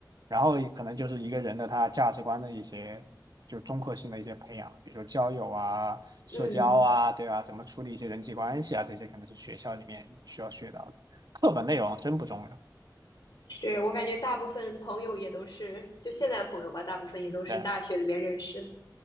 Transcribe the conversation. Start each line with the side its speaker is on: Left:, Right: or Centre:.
Right: 然后可能就是一个人的他价值观的一些就综合性的一些培养，比如说交友啊、社交啊，
Left: 嗯，
Right: 对吧？怎么处理一些人际关系啊，这些可能是学校里面你需要学到的。课本内容真不重要。
Left: 是我感觉大部分朋友也都是，就现在的朋友吧，大部分也都是大学里面认识的
Right: 对